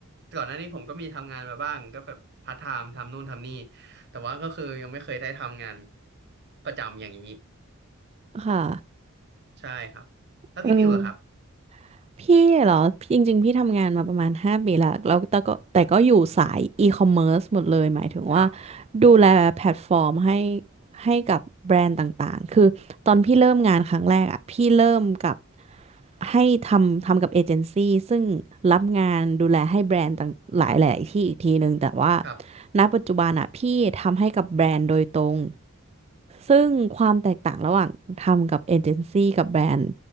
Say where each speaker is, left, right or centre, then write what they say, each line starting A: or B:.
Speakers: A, on the right; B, on the right.
A: ก่อนหน้านี้ผมก็มีทำงานมาบ้างก็แบบพาร์ทไทม์ทำนู่นทำนี่แต่ว่าก็คือยังไม่เคยได้ทำงานประจำอย่างนี้
B: ค่ะ
A: ใช่ครับแล้วพี่บิวล่ะครับ
B: เออพี่เหรอพี่จริงๆพี่ทำงานมาประมาณห้าปีละแล้วแต่ก็แต่ก็อยู่สายอีคอมเมิร์ซหมดเลยหมายถึงว่า
A: ครับ
B: ดูแลแพลตฟอร์มให้ให้กับแบรนด์ต่างๆคือตอนพี่เริ่มงานครั้งแรกอ่ะพี่เริ่มกับให้ทำทำกับเอเจนซี่ซึ่งรับงานดูแลให้แบรนด์ต่างหลายๆที่อีกทีหนึ่งแต่ว่า
A: ครับ
B: ณปัจจุบันอ่ะพี่ทำให้กับแบรนด์โดยตรง ซึ่งความแตกต่างระหว่างทำกับเอเจนซี่กับแบรนด์